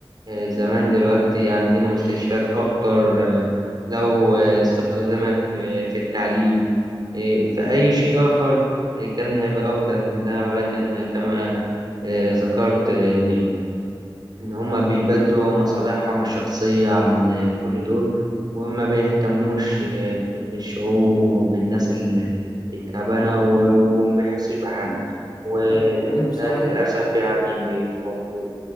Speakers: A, on the right (about 50°); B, on the left (about 50°).
A: آه، زمان دلوقتي عندنا مستشفيات أكتر آه، لو آه، استخدمت في في التعليم آه، في أي شيء آخر آه، كان هيبقى أفضل من ده ولكن كما آه، ذكرت آه، إن إن هما بيبدوا مصالحهم الشخصية عن آه، كل دول وما بيهتموش آه، بالشعوب وبالناس ال- التعبانة و- وما بيحسش بحد وده
B: أ- أنا بصراحة
A: للأسف يعني موجود.